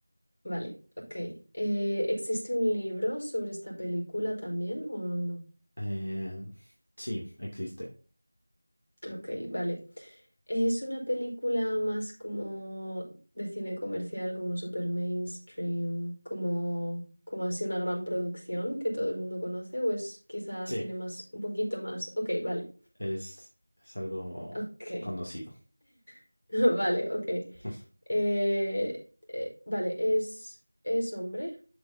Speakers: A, on the left; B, on the left.
A: Vale, ok. Eh, ¿existe un libro sobre esta película también o no?
B: Eh, sí, existe.
A: Ok, vale. Es una película más como de cine comercial, como super mainstream, como, como así una gran producción que todo el mundo conoce, o es quizá
B: Sí,
A: cine más, un poquito más. Ok, vale.
B: es, es algo
A: Ok,
B: conocido.
A: <laughs> vale, ok.
B: <laughs>
A: Eh, eh, vale, es, es hombre,